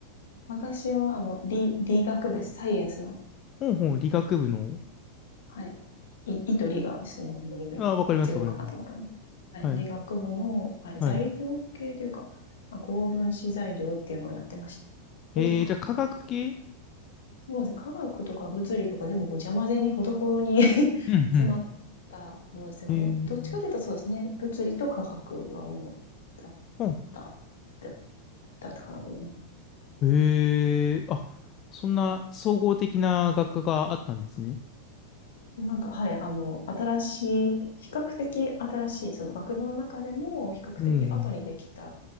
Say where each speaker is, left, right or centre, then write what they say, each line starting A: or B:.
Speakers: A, on the left; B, on the left.
A: 私は、あの、理、理学部です。サイエンスの、
B: ほんほん、理学部の。
A: はい。い、いと理がちょっと間違いにくい、
B: あ、わかります、
A: 間違うかなと思ったんですけど。
B: わかります。
A: はい。
B: はい、
A: 理学部の、はい、
B: はい。
A: 材料系というか、まあ、高分子材料っていうのをやってました。ポリマーとか。
B: えー、じゃあ科学系
A: そうですね。科学とか物理とか全部こう邪魔ぜにほどほどに <laughs>
B: うんう
A: 詰まったものですが、
B: ん。えー、
A: まあ、どっちかというとそうですね。物理と科学が主だっ
B: ほん。
A: た、だだったかなと思います。うん
B: へえ。あ、そんな総合的な学科があったんですね。
A: なんか、はい、あの、新しい、比較的新しい、その学部の中でも比較的後にできた
B: うんうん。